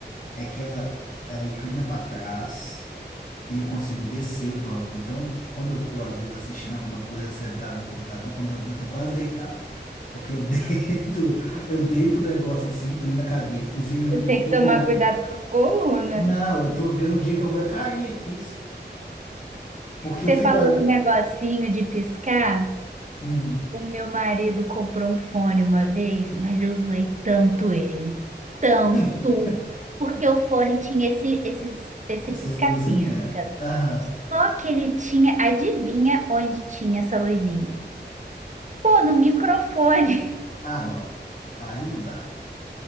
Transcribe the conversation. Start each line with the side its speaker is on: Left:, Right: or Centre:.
Left: é que ela, ela inclina para trás e eu consigo descer o banco. Então, quando eu tô, às vezes, assistindo alguma coisa sentado no computador, quando eu vi, eu tô quase deitado. Porque eu <laughs> deito, eu deito o negócio assim, inclina a cadeira. Inclusive, eu
Right: Você tem
Left: eu tô
Right: que tomar
Left: com.
Right: cuidado com a coluna.
Left: Não, eu tô vendo um dia que eu vou é cair aqui, Porque
Right: Você
Left: eu fico.
Right: falou
Left: ah,
Right: do negocinho de piscar.
Left: hum,
Right: O meu marido comprou um fone uma vez, mas eu zoei tanto ele, tanto.
Left: <laughs>
Right: Porque o fone tinha esse, esses, esse
Left: essas
Right: pisca-pisca.
Left: luzinhas. Aham.
Right: Só que ele tinha, adivinha onde tinha essa luzinha? Pô, no microfone.
Left: Ah, não. Aí não dá.